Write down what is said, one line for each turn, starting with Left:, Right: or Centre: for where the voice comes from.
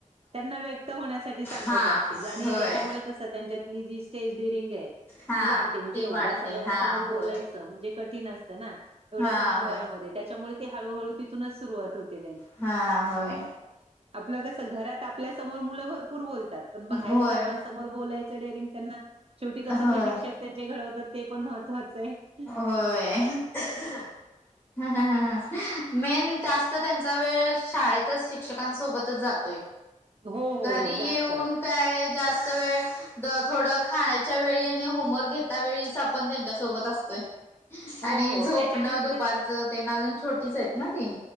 Right: त्यांना व्यक्त होण्यासाठी सांगत
Left: हा
Right: असतील. आणि
Left: होय
Right: याच्यामुळे कसं त्यांच्यातली जी स्टेज ड्युरिंग आहे.
Left: हा
Right: ती वाढते म्हणजे
Left: ती
Right: एवढ्या
Left: वाढते
Right: सगळ्यांसमोर
Left: हा होय.
Right: बोलायच. म्हणजे कठीण असतं ना एवढ्या
Left: हा
Right: लहान वयामध्ये
Left: होय
Right: त्याच्यामुळे हळू हळू तिथूनच सुरुवात होते.
Left: हा होय.
Right: आपलं कसं घरात आपल्यासमोर मुलं भरपूर बोलतात पण बाहेर
Left: होय
Right: सर्वांसमोर बोलायचं डेरिंग त्यांना शेवटी कसं
Left: होय.
Right: ते शिक्षक त्यांचे घडवतात ते पण महत्त्वाचं आहे.
Left: होय ह ह ह ह. मेन जास्त त्यांचा वेळ शाळेतच शिक्षकांसोबतच जातोय.
Right: हो, हो,
Left: घरी
Right: हो, जास्त.
Left: येऊन काय जास्त वेळ थोडं खायच्या वेळी आणि होमवर्क घेता वेळीच आपण त्यांच्यासोबत असतोय.
Right: हो,
Left: आणि
Right: हो
Left: झोपणं
Right: त्याच्यानंतर
Left: दुपारचं ते ना अजून छोटीच आहेत ना ती